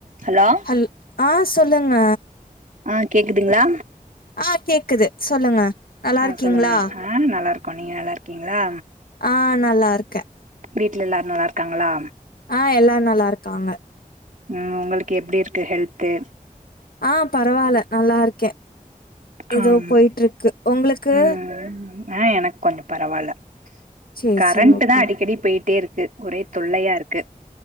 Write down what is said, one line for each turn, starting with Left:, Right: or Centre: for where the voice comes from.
Right: ஹலோ
Left: ஹல் ஆ சொல்லுங்க
Right: அ கேக்குதுங்ளா
Left: ஆ கேக்குது சொல்லுங்க நல்லா
Right: அ
Left: இருக்கீங்களா
Right: சொல்லுங்க ஆ நல்லாருக்கோ நீங்க நல்லாருக்கீங்ளா
Left: ஆ நல்லார்க்க
Right: வீட்ல எல்லார் நல்லார்க்காங்களா
Left: ஆ எல்லாரு நல்லாருக்காங்க
Right: ம் உங்களுக்கு எப்டி இருக்கு ஹெல்த்து
Left: ஆ பரவால்லா நல்லாருக்கே எதோ
Right: ஆம்
Left: போயிட்டு இருக்கு ஒங்களுக்கு
Right: ம் ஆ எனக்கு கொஞ்ச பரவால்ல
Left: சேரி
Right: கரண்ட்டு
Left: சேரி ஓகே
Right: தா அடிக்கடி போயிட்டே இருக்கு ஒரே தொல்லையா இருக்கு